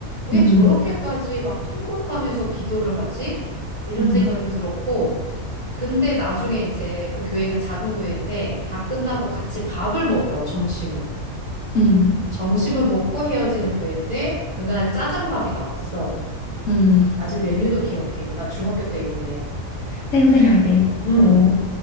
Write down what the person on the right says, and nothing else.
왜
저렇게까지 막 통곡하면서 기도를 하지? 이런
생각이
들었고, 근데 나중에 이제 그 교회가 작은 교회인데 다 끝나고 같이 밥을 먹어, 점심을.
점심을 먹고 헤어지는 교회인데 그날 짜장밥이 나왔어.
아직 메뉴도 기억해. 나 중학교 때 일인데.
그래. 음.